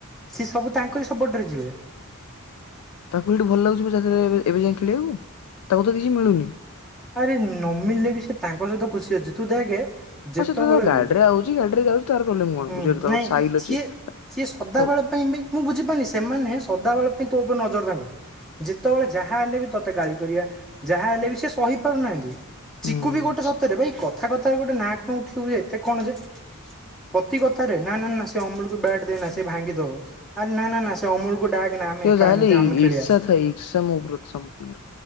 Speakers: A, in the centre; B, on the left.
A: ସିଏ ସବୁ ତାଙ୍କରି ସପୋର୍ଟ ରେ ଯିବେ।
B: ତାକୁ ହେଠୁ ଭଲ ଲାଗୁଛି <unintelligible> ଏବେ ଯାଇ ଖେଳିବାକୁ ତାକୁ ତ କିଛି ମିଳୁନି।
A: ଆରେ ନମିିଳିଲେ ବି ସେ ତାଙ୍କ ସହିତ ଖୁସି ଅଛି ତୁ ଦେଖେ ଯେତେବେଳେ
B: ହଁ ସେ ତ ଗାଡିରେ
A: ବି
B: ଆଉଚି ଗାଡି ରେ ଯାଉଛି ତାର ପ୍ରୋବ୍ଲେମ କଣ?
A: ହୁଁ
B: ବୁଝିପାରୁଛ ତା
A: ନାଇଁ
B: ସାଇଲ ଅଛି।
A: ସିଏ ସିଏ ସଦା
B: ତ
A: ବେଳ ପାଇଁ ବି ମୁଁ ବୁଝିପାରୁନି ସେମାନେ ସଦାବେଳେ ପାଇଁ ତୋ ଉପରେ ନଜର ତାଙ୍କର ଯେତେବେଳେ ଯାହା ହେଲେ ବି ତତେ ଗାଳି କରିବା ଯାହା ହେଲେ ବି ସେ ସହି ପାରୁନାହାନ୍ତି।
B: ହୁଁ
A: ଚିକୁ ବି ଗୋଟେ ସତରେ ଭାଇ କଥା କଥାରେ ଗୋଟେ ନାଁ କଣ ଉଠିବୁ ଏତେ କଣ ଯେ ପ୍ରତି କଥାରେ ନା ନା ସେ ଅମୁଲକୁ ବ୍ୟାଟ ଦେ ନା ସେ ଭାଙ୍ଗି ଦଉ ଆରେ ନ ନା ସେ ଅମୁଳକୁ ଡାକ ନା ଆମେ
B: ସେ
A: ଏକା
B: ଯାହାହେଲେ
A: ଏମିତି ଆମେ ଖେଳିବା।
B: ଇର୍ଷା ଥାଏ ଇର୍ଷା ମୋ ଉପରେ ସମସ୍ତଙ୍କର